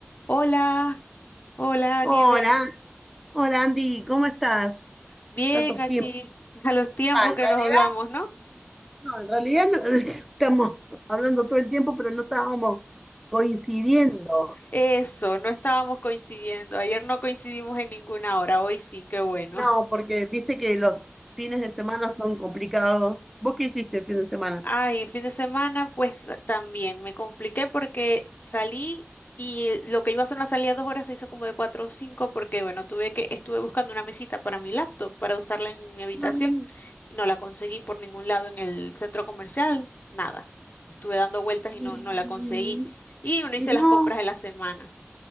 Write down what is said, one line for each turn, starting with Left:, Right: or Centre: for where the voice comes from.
Left: Hola, hola
Centre: Hola,
Left: Nieve.
Centre: hola Andy, ¿cómo estás?
Left: Bien
Centre: Tantos
Left: aquí,
Centre: tiempos.
Left: <laughs> a los tiempos
Centre: Ah, en
Left: que
Centre: realidad,
Left: nos hablamos, ¿no?
Centre: no, en realidad no, <laughs> estamos hablando todo el tiempo, pero no estábamos coincidiendo.
Left: Eso, no estábamos coincidiendo. Ayer no coincidimos en ninguna hora, hoy sí, qué bueno.
Centre: No, porque viste que los fines de semana son complicados. ¿Vos qué hiciste el fin de semana?
Left: <laughs> Ay, el fin de semana, pues también me compliqué porque salí y lo que iba a ser una salida de dos horas se hizo como de cuatro o cinco porque, bueno, tuve que, estuve buscando una mesita para mi laptop, para usarla en mi habitación.
Centre: Ay,
Left: No la conseguí por ningún lado en el centro comercial, nada. Estuve dando vueltas
Centre: y-
Left: y no, no la conseguí. Y uno hice
Centre: y
Left: las
Centre: no.
Left: compras de la semana.